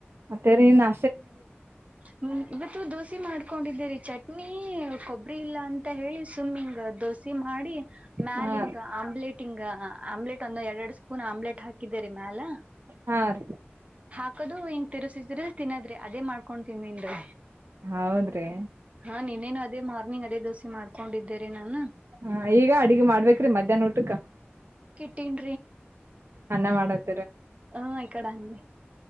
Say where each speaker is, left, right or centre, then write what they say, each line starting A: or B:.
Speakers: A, on the right (about 70°); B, on the right (about 30°).
A: ತರಿ ನಾ
B: ಹ್ಮ ಇವತ್ತು ದೋಸೆ ಮಾಡ್ಕೊಂಡಿದ್ದೀರಿ ಚಟ್ ನೀ ಕೊಬ್ಬರಿ ಇಲ್ಲ ಅಂತ ಹೇಳಿ ಸುಮ್ಮಿಂಗ ದೋಸೆ ಮಾಡಿ ಮ್ಯಾಲ
A: ಹಾ
B: ಹಂಗ ಆಮ್ಲೆಟ್ಗ ಆಮ್ಲೆಟ್ ಒಂದ ಎರಡ್ರಡ್ ಸ್ಪೂನ್ ಆಮ್ಲೆಟ್ ಹಾಕಿದರಿ ಮ್ಯಾಲ
A: ಹಾ ರ
B: ಹಾಕದು ತಿಸಿದ್ರ ತಿನ್ನದ್ರಿ ಅದೇ ಮಾಡ್ಕೊಂಡತನ್ನ್ೀ
A: ಹೌದ್ರಿ
B: ಹಾ ನೀನ್ನ್ ಅದೇ ಮಾರ್ನಿಂಗ್ ಅದೇ ದೋಸೆ ಮಾಡ್ಕೊಂಡಿದ್ದೇರಿ ನಾನು
A: ಹಾ ಈಗ ಅಡ್ಗ ಮಾಡ್ಬೇಕ್ರಿ ಮಧ್ಯಾಹ್ನ ಊಟಕ್ಕ
B: ತಿನ್
A: ಅನ್ನ ಮಾಡದು
B: ಹಾ ಈ ಕಡೆ ಹಂಗೆ